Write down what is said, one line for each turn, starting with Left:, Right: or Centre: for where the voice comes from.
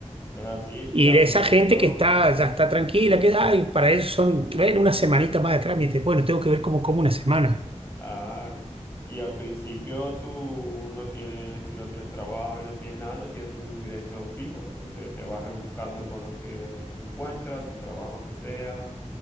Left: Es así, y
Right: Y
Left: al
Right: esa
Left: principio,
Right: gente que está, ya está tranquila, que ay, para eso son, bueno, una semanita más de trámite. Bueno, tengo que ver cómo como una semana.
Left: claro, y al principio tú no tienes, si no tienes trabajo y no tienes nada, no tienes un ingreso fijo, entonces te vas rebuscando con lo que encuentras, el trabajo que sea.